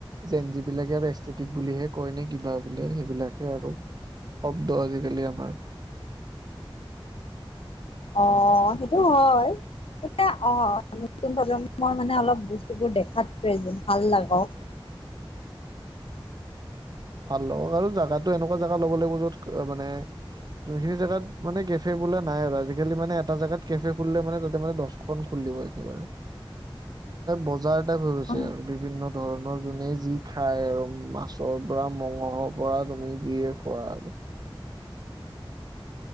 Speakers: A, on the right; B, on the left.
A: যেন যিবিলাকে আৰু এষ্টেটিক বুলিহে কয় নে কিবা বোলে, সেইবিলাকে আৰু শব্দ আজিকালি আমাৰ
B: আহ, সেইটো হয়, এয়া আহ নতুন প্ৰজন্মই মানে অলপ বস্তুবোৰ দেখাত <unintelligible> ভাল লাগক
A: ভাল লাগক আৰু জোগাতো এনেকুৱা জেগা ল'ব লাগিব য'ত মানে যোনখিনি জোগাত মানে কেফে বোলা নাই আৰু আজিকালি মানে এটা জেগাত কেফে খুলিলে মানে তাতে মানে দহখন খুলিব একেবাৰে, বজাৰ হৈ গৈছে
B: অ'
A: আৰু বিভিন্ন ধৰণৰ যোনে যি খাই আৰু মাছৰ পৰা, মঙহৰ পৰা, তুমি কিয়ে খোৱা আৰু